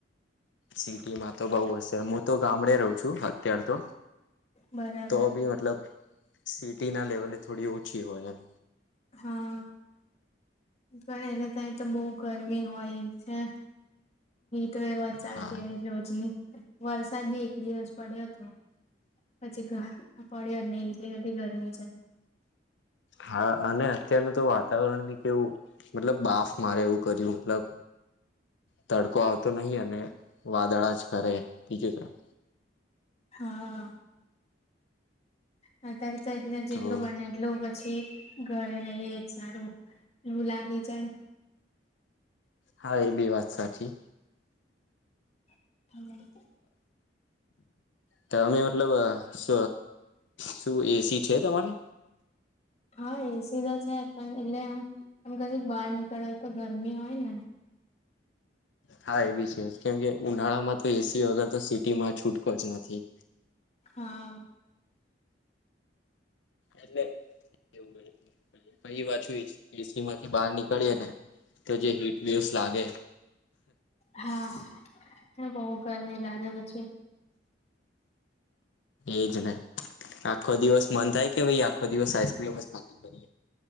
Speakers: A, on the left; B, on the left.
A: સિટીમાં તો બઉ હશે હું તો ગામડે રહું છું અત્યાર તો
B: બરાબર
A: તો ભી મતલબ સિટી ના લેવલે થોડી ઓછી હોય એમ
B: હા. પણ એલે ત તો બહુ ગરમી હોય છે તે વાત ચાલતી
A: હા
B: રોજની વરસાદ બી એક દિવસ પડ્યો પછી પડ્યા નહી એટલી બધી ગરમી છે
A: હા અને અત્યારનું તો વાતાવરણ બી કેવું મતલબ બાફ મારે એવું કર્યું મતલબ તડકો આવતો નહી અને વાદળા જ કરે બીજ તરફ
B: હા હ ત્યારે એટલે જેટલુ
A: તો
B: બને એટલું પછી ઘરે રહીએ સારું લુ લાગી જાય
A: હા એ બી વાત સાચી
B: હમ <unintelligible>
A: તમે મતલબ શ શું એસી છે તમારે
B: હા એસી તો છે પણ એટલે આમ આમ કરે બહાર નીકળવા હોય તો ગરમી હોય ને
A: હા એ બી છે કેમ કે ઉનાળામાં તો એસી વગર તો સિટી માં છૂટકો જ નથી
B: હા
A: એટલે એવું બને વાત એસી માંથી બહાર નીકળી ને તો જે હીટ વેવસ લાગે
B: હા બહુ ગરમી લાગે પછી
A: એજ ને આખો દિવસ મન થાય કે ભાઈ આખો દિવસ આઈક્રીમ ખાતાકરીયૈ